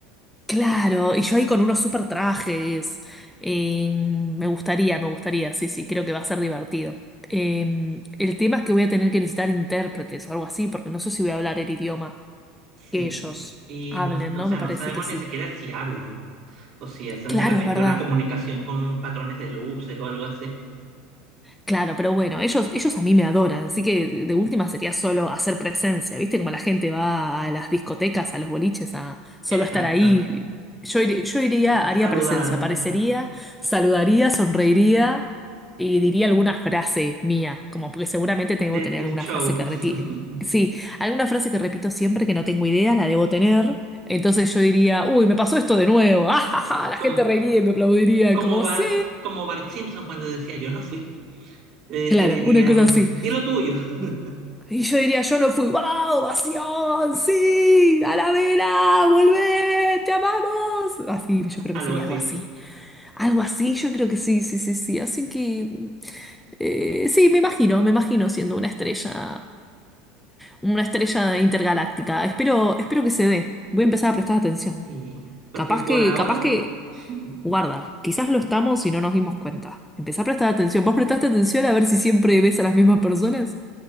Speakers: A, in the centre; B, on the right (about 40°).
A: claro, y yo ahí con unos super trajes, Eh, me gustaría, me gustaría, sí, sí, creo que va a ser divertido. Eh, el tema es que voy a tener que necesitar intérpretes o algo así, porque no sé si voy a hablar el idioma
B: Sí.
A: que ellos
B: Y
A: hablen,
B: no, no-
A: ¿no?
B: o sea,
A: Me
B: no
A: parece
B: sabemos
A: que sí.
B: ni siquiera si hablan o si hacen
A: Claro,
B: de repente
A: es verdad.
B: una comunicación con patrones de luces o algo así.
A: Claro, pero bueno, ellos, ellos a mí me adoran, así que de última sería solo hacer presencia, ¿viste? Como la gente va a las discotecas, a los boliches, a solo
B: Exacto.
A: estar ahí. Yo, ir- yo iría,
B: Eh,
A: haría
B: saludar
A: presencia, aparecería, saludaría, sonreiría y diría alguna frase mía, como porque seguramente debo
B: de-
A: tener
B: del
A: alguna
B: show.
A: frase que reti-
B: <laughs>
A: Sí, alguna frase que repito siempre que no tengo idea, la debo tener. Entonces yo diría, uy, me pasó esto de nuevo, <laughs> ¡Ah, ja, ja! La
B: como
A: gente reiría y me aplaudiría,
B: Como
A: como
B: Bart,
A: sí.
B: como Bart Simpson cuando decía yo no fui, eh,
A: Claro,
B: te dirían,
A: una cosa así.
B: di lo tuyo, <laughs>
A: Eh, Y yo diría, yo no fui, ¡wow! ¡Ovación! ¡Sí! ¡A la vela! ¡Volvé! ¡Te amamos! Así, yo creo
B: algo
A: que sería
B: así.
A: algo así. Algo así, yo creo que sí, sí, sí, sí. Así que, eh, sí, me imagino, me imagino siendo una estrella, una estrella intergaláctica. Espero, espero que se dé. Voy a empezar a prestar atención.
B: Y porque
A: Capaz
B: por
A: que,
B: ahora
A: capaz que,
B: <laughs>
A: guarda, quizás lo estamos y no nos dimos cuenta. Empezá a prestar atención. ¿Vos prestaste atención a ver si siempre ves a las mismas personas?